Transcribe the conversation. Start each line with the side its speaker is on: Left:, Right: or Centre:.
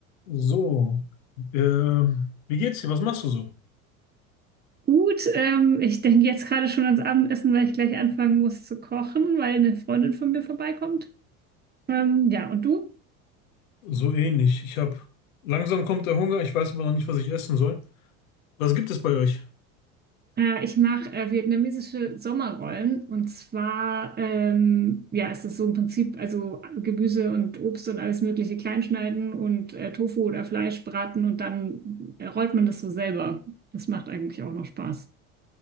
Left: So, äh, wie geht's dir? Was machst du so?
Right: Gut, ähm, ich denke jetzt gerade schon ans Abendessen, weil ich gleich anfangen muss zu kochen, weil eine Freundin von mir vorbeikommt. Ähm, ja, und du?
Left: So ähnlich. Ich habe langsam kommt der Hunger. Ich weiß aber noch nicht, was ich essen soll. Was gibt es bei euch?
Right: Äh, ich mache äh, vietnamesische Sommerrollen und zwar ähm, ja, ist es so im Prinzip, also Gemüse und Obst und alles Mögliche kleinschneiden und äh, Tofu oder Fleisch braten und dann äh, rollt man das so selber. Das macht eigentlich auch noch Spaß.